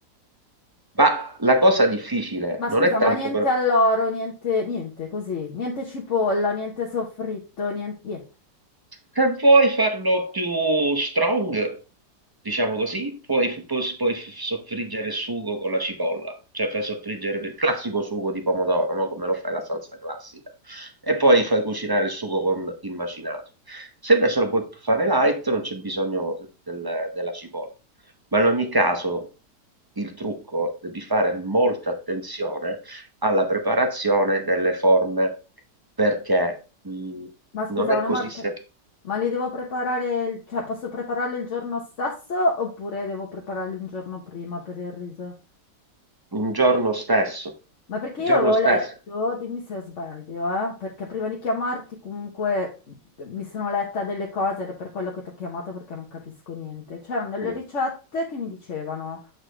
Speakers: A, on the right; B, on the left.
A: Ma la cosa difficile
B: Ma scusa,
A: non è tanto
B: ma niente
A: per...
B: alloro, niente, niente così, niente cipolla, niente soffritto, nien- niente.
A: Se vuoi farlo più strong, diciamo così, puoi, puoi, puoi soffriggere il sugo con la cipolla, cioè fai soffriggere il classico sugo di pomodoro, no? Come lo fai la salsa classica, e poi fai cucinare il sugo con il macinato. Se invece lo puoi fare light, non c'è bisogno del- della cipolla. Ma in ogni caso, il trucco, devi fare molta attenzione alla preparazione delle forme perché?
B: Ma scusa,
A: Non è
B: una
A: così
B: volta,
A: se
B: ma li devo preparare, il- cioè posso prepararli il giorno stesso oppure devo prepararli un giorno prima per il riso?
A: un giorno stesso,
B: Ma perché
A: il
B: io
A: giorno
B: avevo
A: stesso.
B: letto, dimmi se sbaglio, eh, perché prima di chiamarti comunque mhmm, mi sono letta delle cose ed è per quello che ti ho chiamato perché non capisco niente. C'erano delle
A: Mm.
B: ricette che mi dicevano